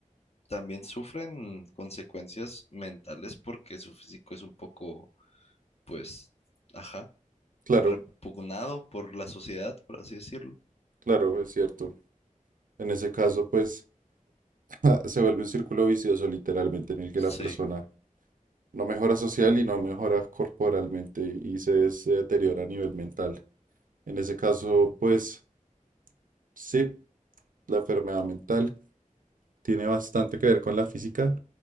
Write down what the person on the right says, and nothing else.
claro,
claro, es cierto. En ese caso, pues, <laughs> se vuelve un círculo vicioso, literalmente, en el que
la persona No mejora social y no mejora corporalmente y se, se deteriora a nivel mental. En ese caso, pues sí, la enfermedad mental tiene bastante que ver con la física.